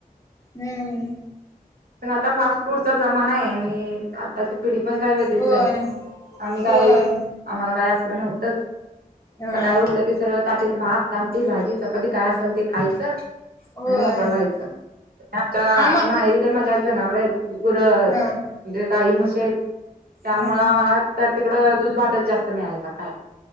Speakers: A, on the left (about 20°); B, on the right (about 85°).
A: हम्म
B: पण आता फास्ट फूडचा जमाना आहे आणि आताची पिढी पण काय वेगळीच
A: होय
B: आहे आम्ही काय.
A: होय
B: आम्हाला काही असलं नव्हतंच
A: हा
B: सकाळी उठलं. सर्ळ ताटत भात आमटी भाजी सती काय असाल ते खायचं.
A: होय
B: आणि मोकळं व्हायचा
A: आम्हा
B: आ माहेरी तर माझ्या आज जनावर आहेच. र
A: हा
B: म्हणजे काही मशी आहेत त्यामुळं
A: हम्म
B: आम्हाला तर तिकडं दूध भातच जास्त. मिळायचा खायला.